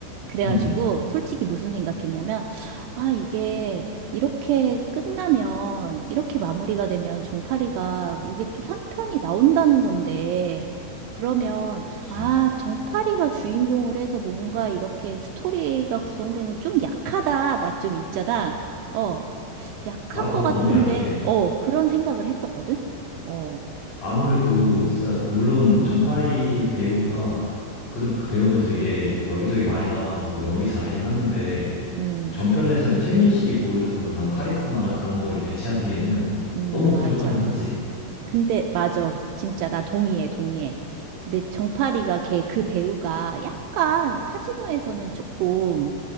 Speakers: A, on the right; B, on the left.
A: 그래가지고
B: 음,
A: 솔직히 무슨 생각했냐면 아 이게 이렇게 끝나면 이렇게 마무리가 되면 정파리가 이게 또 3편이 나온다는 건데 그러면
B: 그치.
A: 아 정파리가 주인공을 해서 뭔가 이렇게 스토리가 구성되는 건 좀 약하다 나 좀 있잖아 어 약한
B: 맞아,
A: 거 같은데
B: 너무 약해.
A: 어 그런 생각을 했었거든 어
B: 아무래도
A: 아
B: 진짜 물론 정파리 배우가 그, 그 배우도 되게 여기저기 많이 나와가지고 연기 잘하긴 하는데
A: 음
B: 전편에서 최민식이 보여줬던 그런 카리스마나 그런 거를 대체하기에는
A: 음
B: 너무 부족하긴
A: 맞아
B: 하지.
A: 근데 맞아. 진짜 나 동의해, 동의해. 근데 정파리가 걔 그 배우가 약간 카지노에서는 조금